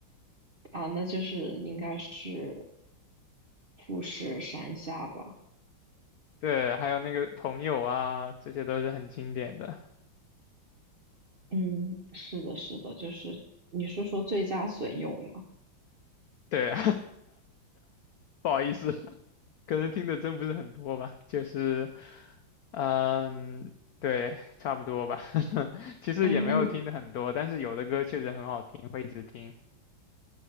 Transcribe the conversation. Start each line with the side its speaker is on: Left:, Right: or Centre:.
Right: 啊，那就是应该是富士山下吧？
Left: 对，还有那个朋友啊，这些都是很经典的。
Right: 嗯，是的，是的，就是你是说最佳损友吗？
Left: 对，<laughs> 不好意思。可能听的真不是很多吧，就是，嗯，对，差不多吧。<laughs> 其实也没有听的很多，
Right: 哎，那你
Left: 但是有的歌确实很好听，会一直听。